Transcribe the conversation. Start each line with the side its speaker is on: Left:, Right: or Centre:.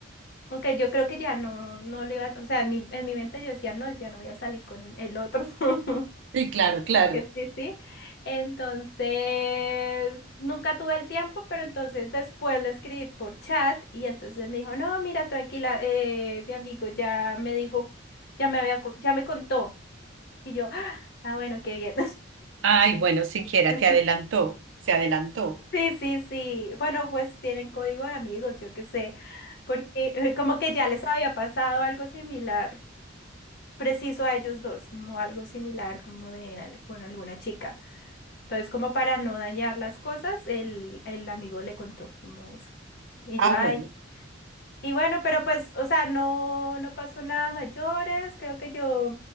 Left: Aunque yo creo que ya no, no le iba, o sea, en mi, en mi mente yo decía, no, ya no voy a salir con el otro. <laughs>
Right: sí, claro, claro.
Left: Que Sí, sí. Entonces, nunca tuve el tiempo, pero entonces después le escribí por chat y entonces me dijo, no, mira, tranquila, eh, mi amigo ya me dijo, ya me había, co- ya me contó. Y yo, ah, ah, bueno, qué bien.
Right: Ay, bueno, siquiera
Left: <laughs>
Right: te adelantó, se adelantó.
Left: Sí, sí, sí. Bueno, pues tienen código de amigos, yo qué sé, porque eh, como que ya les había pasado algo similar. preciso a ellos dos, como algo similar, como de al- con alguna chica. Entonces, como para no dañar las cosas, el, el amigo le contó como eso. Y
Right: Ah,
Left: yo, ay,
Right: bueno,
Left: y bueno, pero pues, o sea, no, no pasó nada mayores, creo que yo